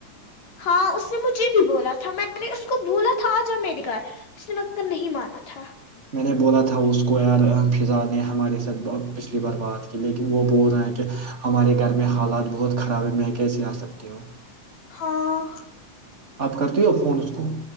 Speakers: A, on the left; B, on the right.
A: ہاں اس نے مجھے بھی بولا تھا میں نے اس کو بولا تھا آ جا میے گھر اس نے م نہیں مانا تھا
B: میں نے بولا تھا اس کو یار فضا نے ہمارے ساتھ پچھلی بار بات کی لیکن وہ بول رہے ہیں ہمارے گھر میں حالات بہت خراب ہے میں کیا کیسے آ سکتی ہوں <unintelligible>
A: ہاں <unintelligible>
B: آپ کرتی ہو فون اس کو